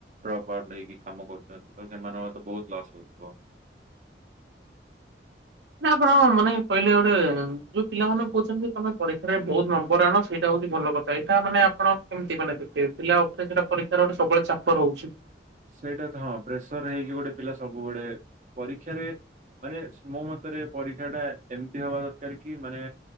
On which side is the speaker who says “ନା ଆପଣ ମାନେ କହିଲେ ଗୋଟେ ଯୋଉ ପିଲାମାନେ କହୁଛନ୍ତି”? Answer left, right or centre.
Right